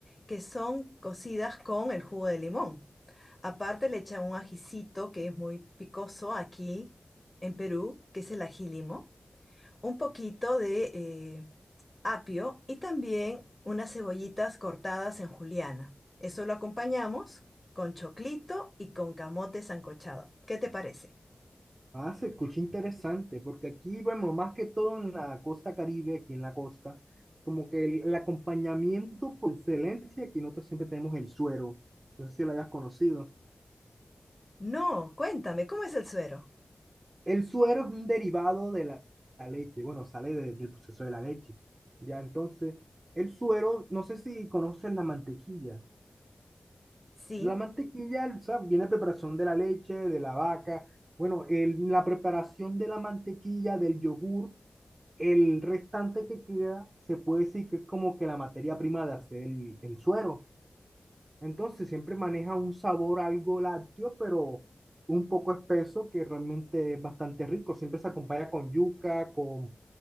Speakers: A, on the left (about 25°); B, on the right (about 40°).
A: que son cocidas con el jugo de limón. Aparte le echan un ajicito que es muy picoso aquí en Perú, que es el ají limo. un poquito de eh, apio y también unas cebollitas cortadas en juliana. Eso lo acompañamos con choclito y con camote sancochado. ¿Qué te parece?
B: Ah, se escucha interesante, porque aquí, bueno, más que todo en la costa Caribe, aquí en la costa, como que el, el acompañamiento por excelencia, aquí nosotros siempre tenemos el suero. No sé si lo hayas conocido.
A: No, cuéntame, ¿cómo es el suero?
B: El suero es un derivado de la, la leche, bueno, sale de- del proceso de la leche. Ya, entonces, el suero, no sé si conoces la mantequilla.
A: Sí.
B: La mantequilla, o sea, viene preparación de la leche, de la vaca. Bueno, el- la preparación de la mantequilla, del yogur, el restante que queda, se puede decir que es como que la materia prima de hacer el, el suero. Entonces siempre maneja un sabor algo lácteo, pero un poco espeso que realmente es bastante rico. Siempre se acompaña con yuca, con